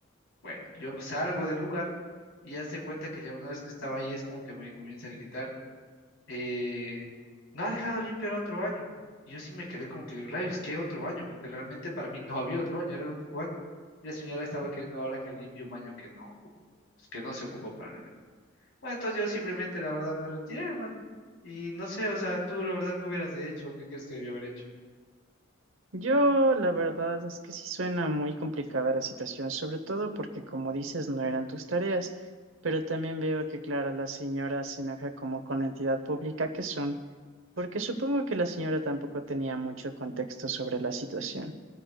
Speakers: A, on the left; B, on the right.
A: Bueno, yo me salgo del lugar y haz de cuenta que ya una vez que estaba ahí es como que me comienza a gritar eh, no ha dejado limpio el otro baño. Y yo sí me quedé como que, rayos, ¿qué otro baño? Porque realmente para mí no <laughs> había otro baño, era el único baño. Y la señora estaba queriendo ahora que limpie un baño que no, pues, que no se ocupó para mí. Bueno, entonces yo simplemente, la verdad, me retiré, hermano. Y no sé, o sea, tú la verdad, ¿qué hubieras hecho? ¿Qué crees que debía haber hecho?
B: Yo, la verdad es que sí suena muy complicada la situación, sobre todo porque, como dices, no eran tus tareas, pero también veo que, claro, la señora se enoja como con la entidad pública que son, porque supongo que la señora tampoco tenía mucho contexto sobre la situación.